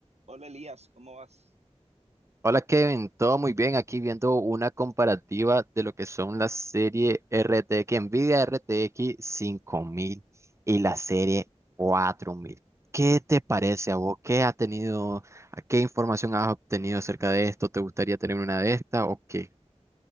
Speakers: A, on the right; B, on the right.
A: Hola Elías, ¿cómo vas?
B: Hola Kevin, todo muy bien. Aquí viendo una comparativa de lo que son la serie RTX, Nvidia RTX mil y la serie 4000. ¿Qué te parece a vos? ¿Qué ha tenido, qué información has obtenido acerca de esto? ¿Te gustaría tener una de estas o qué?